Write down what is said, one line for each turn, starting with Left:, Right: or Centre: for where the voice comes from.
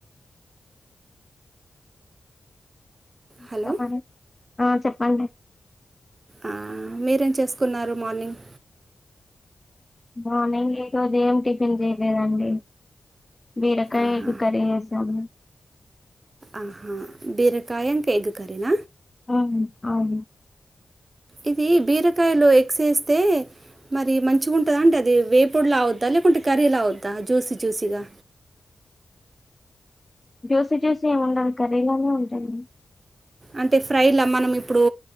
Left: ఇంకా
Right: హలో
Left: మరి ఆ చెప్పండి
Right: ఆ మీరేం చేసుకున్నారు మార్నింగ్
Left: మార్నింగ్ ఈరోజు ఏం టిఫిన్ చేయలేదండి బిరకాయ
Right: ఆహా
Left: ఎగ్ కరి చేసాను
Right: ఆహా బీరకాయ ఇంక ఎగ్ కర్రీన
Left: ఆ అవును
Right: ఇది బీరకాయలో ఎగ్స్ ఎస్తే మరి మంచిగా ఉంటదా అంటే అది వేపుడ్లా అవుద్దా లేకుంటే కర్రీలా అవుద్దా జ్యూసి జ్యూసిగా
Left: జ్యూసి జ్యూసి ఏమి ఉండదు కర్రీలానే ఉంటాది
Right: అంటే ఫ్రైలా మనం ఇప్పుడు